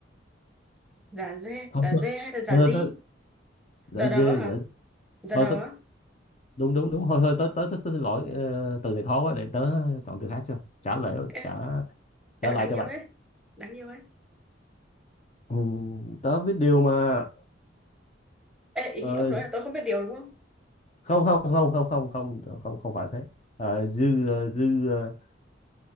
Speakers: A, in the centre; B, on the left.
A: giả dê
B: không
A: giả
B: thôi
A: dê hay là giả
B: thôi
A: gì
B: tớ dã
A: giả
B: dê
A: đỡ hả
B: dã
A: giả
B: thôi
A: đỡ
B: tớ đúng đúng đúng thôi thôi tớ tớ, tớ, tớ xin lỗi ờ, từ này khó quá để tớ chọn từ khác cho trả lại
A: ê,
B: trả trả
A: em là
B: lại
A: đáng
B: cho
A: yêu
B: bạn
A: ấy đáng yêu ấy
B: ừ, tớ biết điều mà
A: ê
B: Ờ,
A: ý ông nói là tôi không biết điều đúng không
B: không không không không không không không không phải thế Ờ, dư ờ, dư ờ,